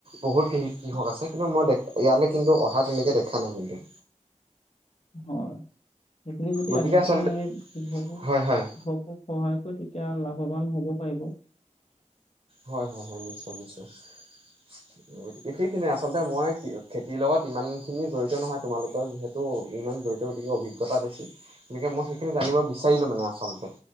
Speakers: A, on the right; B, on the left.
A: বহুত কৃ-কৃষক আছে কিন্তু মই দে-ইয়ালৈ কিন্তু অহা তেনেকে দেখা নাই কিন্তু।
B: হয়। হেখিনি যদি
A: গতিকে
B: আহি পেলাই
A: আচলতে
B: হেই কৃহক'-কৃষকক
A: হয় হয়
B: সহায় কৰে তে তিয়া লাভৱান হ'ব। পাৰিব
A: হয়, হয়, হয়, নিশ্চয়, নিশ্চয়। গতিকে সেইখিনিয়ে আচলতে মই খেতিৰ লগত ইমানখিনি জড়িত নহয়। তোমালোকৰ যিহেতু ইমান জড়িত গতিকে অভিজ্ঞতা বেছি। গতিকে মই সেইখিনি জানিব বিচাৰিলোঁ মানে আচলতে